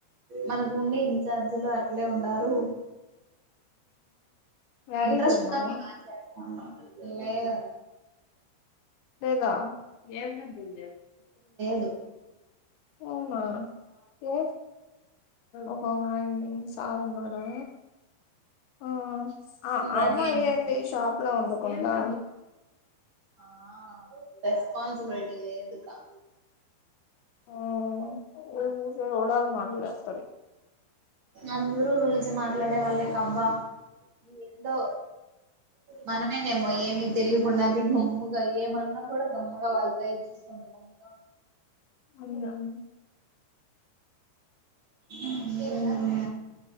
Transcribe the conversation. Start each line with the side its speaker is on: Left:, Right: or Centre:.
Right: మనకు ఉండే ఇన్ఛార్జీలు అట్లే ఉండారు.
Left: యాడికి
Right: ఇంట్రెస్ట్
Left: పోయిందమ్మ
Right: ఉందా <unintelligible> లేదు.
Left: అంతేగా ఏం కాదులే.
Right: గా.
Left: అవునా పి హెచ్ ఆహ్ నైస్. సారున్నడే ఆహ్ ఆ
Right: రెడీ
Left: అమ్మాయి
Right: అయింది
Left: ఏంటి షాప్లా ఉండ. కొందా.
Right: ఆహ్ రెస్పాన్సిబిలిటీ లేదుగా.
Left: ఆహ్ నువ్వు చూడాలి మాది వస్తది.
Right: అందరూ రూల్స్ మాట్లాడే వాళ్ళే అబ్బా ఎందో. మనమేనేమో ఏమి తెలు. గుండానికి గమ్ముగా ఏమన్నా కూడా గమ్మగా వాళ్తాయ చూసుకుంటా గమ్ముగా ఉ.
Left: అవును.
Right: అవును.